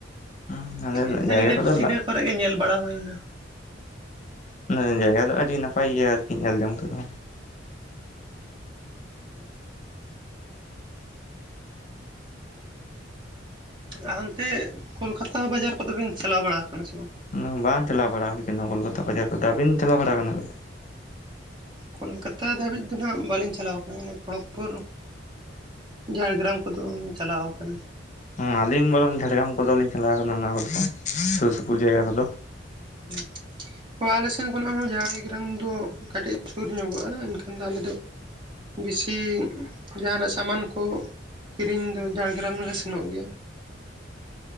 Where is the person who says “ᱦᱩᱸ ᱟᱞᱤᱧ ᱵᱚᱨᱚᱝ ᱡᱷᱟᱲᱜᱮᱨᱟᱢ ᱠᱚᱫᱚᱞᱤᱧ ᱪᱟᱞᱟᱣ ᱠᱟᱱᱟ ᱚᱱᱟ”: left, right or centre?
Left